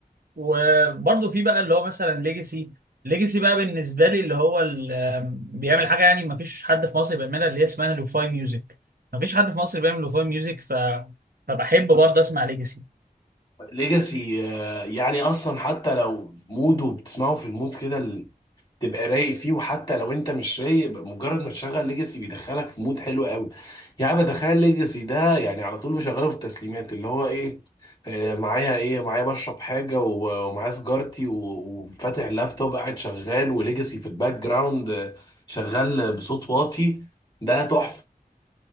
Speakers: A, on the right; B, on the left.
A: وبرضه في بقى اللي هو مثلا ليجاسي ليجاسي بقى بالنسبه لي اللي هو ال- آم، بيعمل حاجه يعني ما فيش حد في مصر بيعملها اللي هي اسمها لوفاي ميوزك ما فيش حد في مصر بيعمل لوفاي ميوزك ف فبحب برضه اسمع ليجاسي
B: ليجاسي يعني اصلا حتى لو في مود وبتسمعه في المود كده تبقى رايق فيه وحتى لو انت مش رايق يبقى مجرد ما تشغل ليجاسي بيدخلك في مود حلو قوي يعني بتخيل ليجاسي ده يعني على طول بشغله في التسليمات اللي هو ايه آه، معايا ايه معايا بشرب حاجه و- ومعايا سيجارتي و- وفاتح اللابتوب قاعد شغال وليجاسي في الباك جراوند آه، شغال بصوت واطي ده تحفه